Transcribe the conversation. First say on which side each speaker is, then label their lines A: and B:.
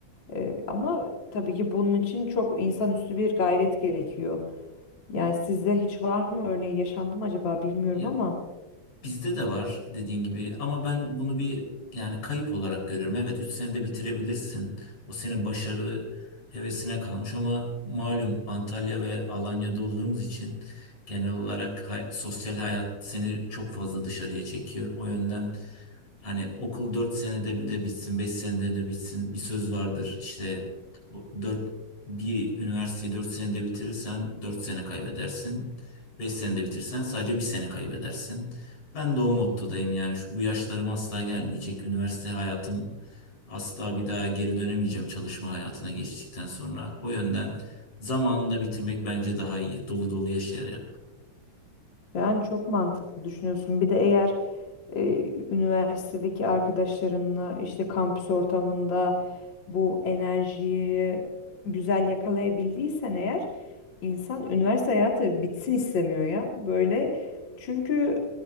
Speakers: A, on the left; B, on the left.
A: E, ama tabii ki bunun için çok insanüstü bir gayret gerekiyor. Yani sizde hiç var mı örneği yaşandı mı acaba bilmiyorum
B: Ya,
A: ama.
B: Bizde de var dediğin gibi ama ben bunu bir yani kayıp olarak görüyorum. Evet 3 senede bitirebilirsin. O senin başarı hevesine kalmış ama malum Antalya ve Alanya'da olduğumuz için genel olarak hay- sosyal hayat seni çok fazla dışarıya çekiyor. O yönden hani okul 4 senede bir de bitsin, 5 senede de bitsin bir söz vardır. İşte o dört bir üniversiteyi 4 senede bitirirsen 4 sene kaybedersin. 5 senede bitirsen sadece bir sene kaybedersin. Ben de o mottodayım yani şu, bu yaşlarım asla gelmeyecek. Üniversite hayatım asla bir daha geri dönemeyeceğim çalışma hayatına geçtikten sonra. O yönden zamanında bitirmek bence daha iyi. Dolu dolu yaşayarak.
A: Yani çok mantıklı düşünüyorsun. Bir de eğer e, üniversitedeki arkadaşlarınla işte kampüs ortamında bu enerjiyi güzel yakalayabildiysen eğer insan üniversite hayatı bitsin istemiyor ya. Böyle çünkü